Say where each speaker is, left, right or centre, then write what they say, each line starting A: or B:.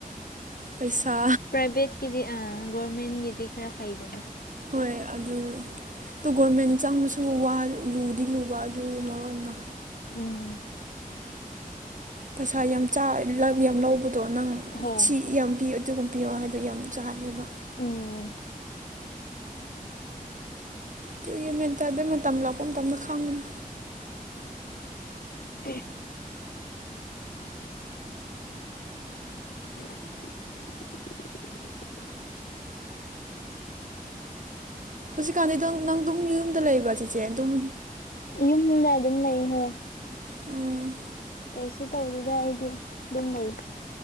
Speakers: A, on the right; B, on the left.
A: ꯄꯩꯁꯥ
B: ꯄ꯭ꯔꯥꯏꯚꯦꯠꯀꯤꯗꯤ ꯑꯥ ꯒꯣꯔꯃꯦꯟꯒꯤꯗꯤ ꯈꯔ ꯐꯩꯗꯅ
A: ꯍꯣꯏ ꯑꯗꯨ ꯇꯣ ꯒꯣꯔꯃꯦꯟ ꯆꯪꯕꯁꯨ ꯋꯥ ꯂꯨꯗꯤ ꯂꯨꯕ ꯑꯗꯨꯒꯤ ꯃꯔꯣꯟ ꯑꯃ
B: ꯎꯝ
A: ꯄꯩꯁꯥ ꯌꯥꯝ ꯆꯥ ꯌꯥꯝ ꯂꯧꯕꯗꯣ ꯅꯪ
B: ꯍꯣꯏ
A: ꯁꯤ ꯌꯥꯝ ꯄꯤ ꯑꯗꯨꯒꯨꯝ ꯄꯤꯌꯣ ꯍꯥꯏꯗꯣ ꯌꯥꯝ ꯆꯥꯏꯑꯦꯕ꯫
B: ꯎꯝ꯫
A: ꯑꯗꯨ <unintelligible> ꯃꯦꯟꯇꯥꯗꯦ ꯃꯇꯝ ꯂꯥꯛꯄ ꯃꯇꯝꯗ ꯈꯪꯉꯅꯤ꯫
B: ꯎꯝ <inaudible>
A: ꯍꯧꯖꯤꯛꯀꯥꯟꯗꯤ ꯑꯗꯨꯝ ꯅꯪ ꯑꯗꯨꯝ ꯌꯨꯝꯗ ꯂꯩꯕ ꯆꯤꯆꯦ ꯑꯗꯨꯝ
B: ꯌꯨꯝꯗ ꯑꯗꯨꯝ ꯂꯩ ꯍꯣꯏ
A: ꯎꯝ
B: ꯀꯩꯁꯨ ꯇꯧꯗꯦꯗ ꯑꯩꯗꯤ ꯑꯗꯨꯝ ꯂꯩꯌꯦ